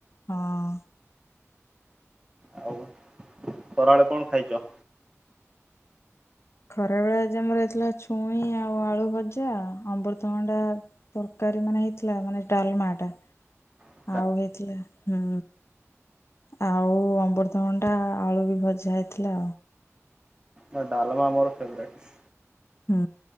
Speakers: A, on the left; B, on the right.
A: ହଁ।
B: ଆଉ ଖରାବେଳେ କଣ ଖାଇଚ?
A: ଖରା ବେଳେ ଆଜି ଆମର ହେଇଥିଲା ଛୁଇଁ ଆଉ ଆଳୁ ଭଜା। ଅମୃତଭଣ୍ଡା ତରକାରୀ ମାନେ ହେଇଥିଲା ମାନେ ଡାଲମା ଟା।
B: ହଁ
A: ଆଉ ହେଇଥିଲା ହୁଁ, ଆଉ ଅବୃତଭଣ୍ଡା ଆଳୁ ବି ଭଜା ହେଇଥିଲା।
B: ନା ଡାଲମା ମୋର ଫେବରେଟ୍।
A: ହୁଁ,